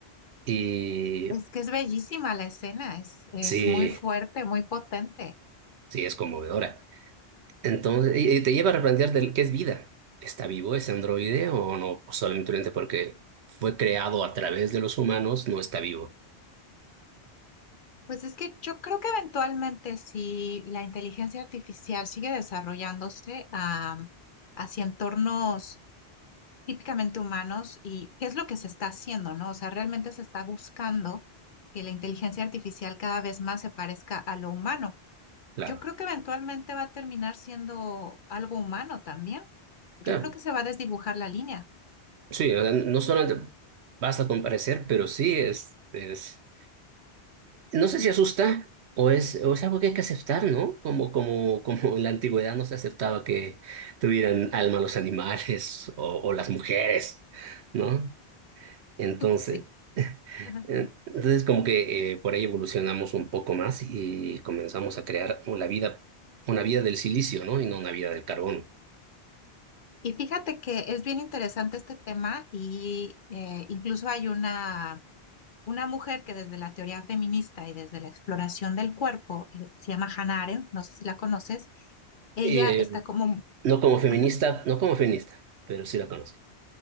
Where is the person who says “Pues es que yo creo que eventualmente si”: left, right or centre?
Left